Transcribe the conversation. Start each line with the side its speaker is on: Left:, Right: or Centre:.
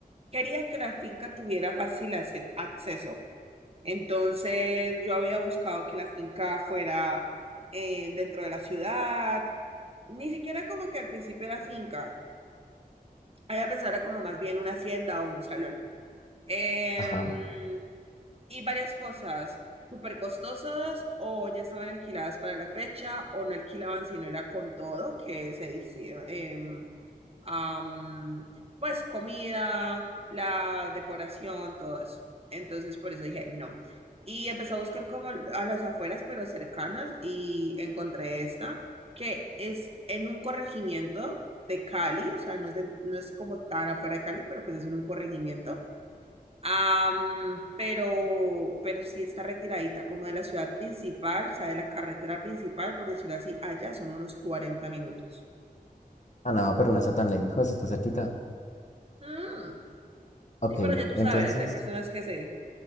Right: quería que la finca tuviera fácil ace- acceso. Entonces, yo había buscado que la finca fuera eh, dentro de la ciudad. Ni siquiera como que al principio era finca. Había pensado era como más bien una hacienda o un salón. Em,
Left: Ajá.
Right: Y varias cosas, súper costosas o ya estaban alquiladas para la fecha o no alquilaban si no era con todo, que se decía, em, am, pues comida, la decoración, todo eso. Entonces por eso dije no. Y empecé a buscar como a las afueras, pero cercanas, y encontré esta, que es en un corregimiento de Cali, o sea, no es, de- no es como tan afuera de Cali, pero pues es en un corregimiento. Am, pero, pero sí está retiradita como de la ciudad principal, o sea, de la carretera principal, por decirlo así, allá son unos 40 minutos.
Left: Ah, no, pero no está tan lejos, está cerquita.
Right: Mm,
Left: Ok,
Right: sí, pero ya tú
Left: entonces,
Right: sabes, hay personas que se,